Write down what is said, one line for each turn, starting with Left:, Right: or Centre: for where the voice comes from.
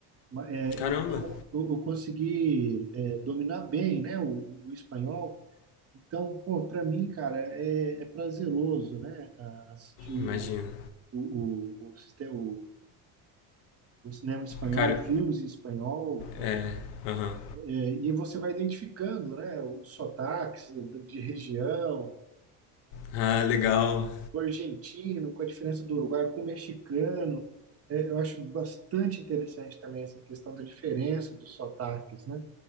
Right: ma- é,
Left: Caramba,
Right: então eu, eu consegui é, dominar bem, né, o, o- o espanhol. Então, pô, para mim, cara, é, é prazeroso, né, a- assistir o,
Left: imagina.
Right: o, o, o, sistema- o- o cinema espanhol,
Left: Cara,
Right: filmes em espanhol,
Left: é, aham.
Right: É, e você vai identificando, né, os sotaques de região.
Left: Ah, legal.
Right: com o argentino, com a diferença do Uruguai, com o mexicano. É, eu acho bastante interessante também essa questão da diferença dos sotaques, né?